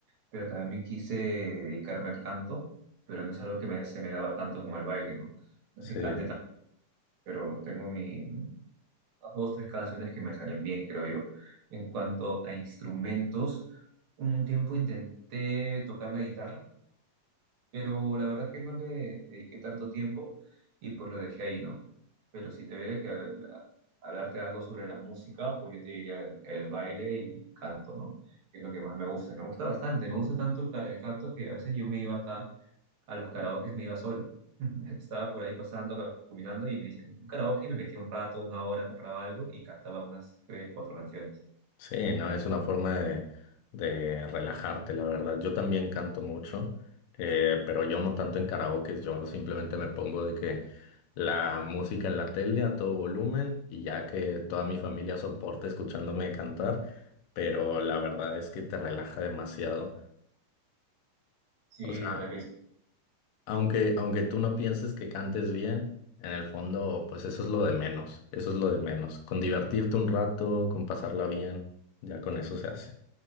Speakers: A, on the right; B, on the left.
A: pero también quise dedicarme al canto, pero no es algo que me- se me daba tanto como el baile, ¿no? No
B: Sí.
A: es que cante tanto, pero tengo mi, las dos, tres canciones que me salen bien, creo yo. En cuanto a instrumentos, un tiempo intenté tocar la guitarra, pero la verdad que no le dediqué tanto tiempo y pues lo dejé ahí, ¿no? Pero si te hubiera que habl- hablarte algo sobre la música, pues yo te diría el, el baile y el canto, ¿no? Que es lo que más me gusta. Me gusta bastante, me gusta tanto el, ca- el canto que a veces yo me iba acá a los karaokes, me iba solo. <laughs> Estaba por ahí pasando, ca- caminando y me hice un karaoke y me metía un rato, una hora, compraba algo y cantaba unas tres, cuatro canciones.
B: Sí, no, es una forma de, de relajarte, la verdad. Yo también canto mucho, eh, pero yo no tanto en karaoke, yo simplemente me pongo de que la música en la tele a todo volumen y ya que toda mi familia soporte escuchándome cantar, pero la verdad es que te relaja demasiado.
A: Sí,
B: O sea,
A: de verdad que
B: aunque, aunque tú no pienses que cantes bien, en el fondo, pues eso es lo de menos, eso es lo de menos. Con divertirte un rato, con pasarla bien, ya con eso se hace.